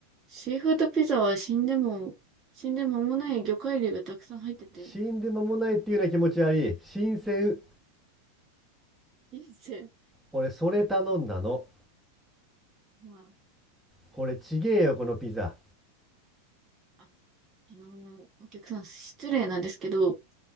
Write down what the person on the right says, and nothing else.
シーフードピザは死んでも、死んで間もない魚介類がたくさん入ってて、
人生、
ま
あ、あ、あのーお客さん失礼なんですけど、